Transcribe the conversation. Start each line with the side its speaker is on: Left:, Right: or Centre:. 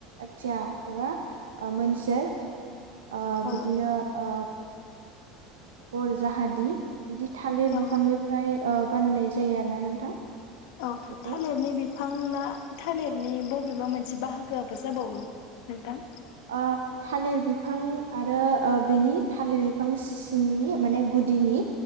Right: आथिया एबा अ मोनसे अ
Left: औ
Right: बिदिनो अ बर जाहादि बिदि थालिर
Left: औ
Right: बिफांनिफ्राय
Left: औ
Right: ओ बानायनाय जायो आरोना नोंथां।
Left: औ
Right: बेखौ
Left: थालिरनि बिम बिफां ना थालिरनि बबेबा मोनसे बाहागोआबो जाबावो नोंथां।
Right: ओ थालिर बिफां आरो ओ बेनि थालिर बिफां सिंनि माने गुदिनि